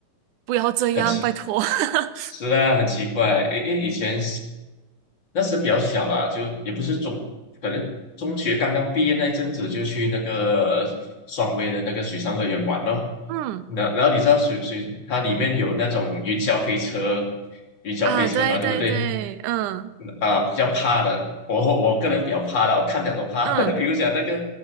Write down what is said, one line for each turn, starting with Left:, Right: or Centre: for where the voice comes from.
Right: 不要这样，
Left: 很奇，
Right: 拜托，<laughs>
Left: 是啊，很奇怪。诶诶，以前那时比较小啦，就也不是中，可能中学刚刚毕业那一阵子就去那个双威的那个水上乐园玩咯。
Right: 嗯。
Left: 然然后你知道水水它里面有那种云霄飞车，云霄飞车嘛，
Right: 啊，对对对，
Left: 对不对？
Right: 嗯
Left: 啊、比较怕的，我我个人比较怕啦，我看了都怕。
Right: 嗯，
Left: <laughs> 比如讲那个